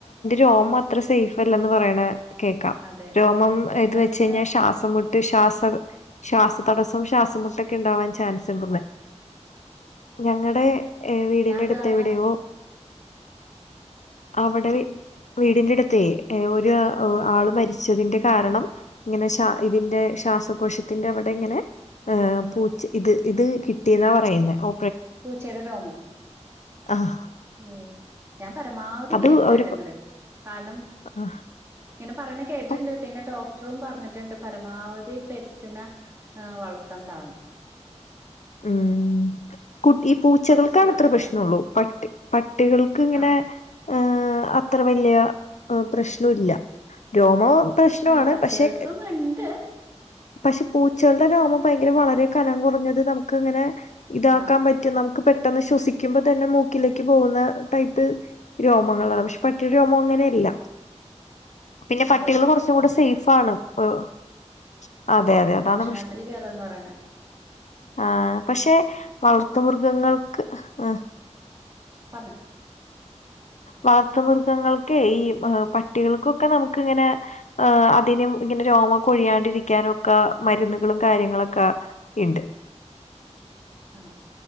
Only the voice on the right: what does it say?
അതെ
പെട്ടെന്ന്
ആഹ്
ഞാൻ അത്
കാരണം
ആഹ്
പൂച്ചയുടെ രോമം
ഓഹ് ഞാൻ പരമാവധി
കേട്ടില്ലാട്ട
ഇങ്ങട് കാരണം
ഇങ്ങനെ പറയ കേട്ടിട്ടുണ്ട്
പിന്നെ ഡോ ക്ടറും പറഞ്ഞിട്ടുണ്ട് പരമാവധി പെറ്റ്സിന വളർത്തണ്ടാണ്
കുറച്ച് അലർജിക്കാ
ആ
അല്ല പട്ടികൾക്കും
ഉണ്ട്
ആ
അതെ
അതെ
ഭക്ഷണത്തില് കേറുമെന്ന് പറയണെ
പർഞ്ഞൊ
ആ